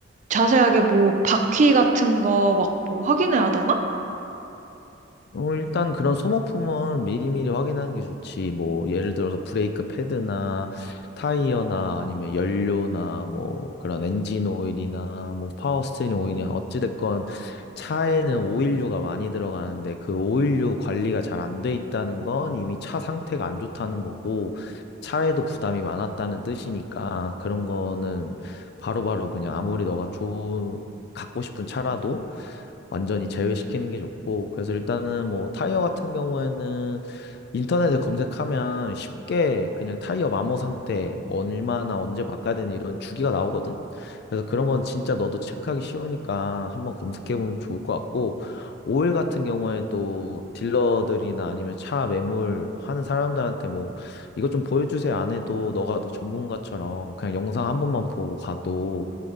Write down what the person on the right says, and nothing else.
자세하게 뭐, 바퀴 같은 거 막 뭐 확인해야 되나?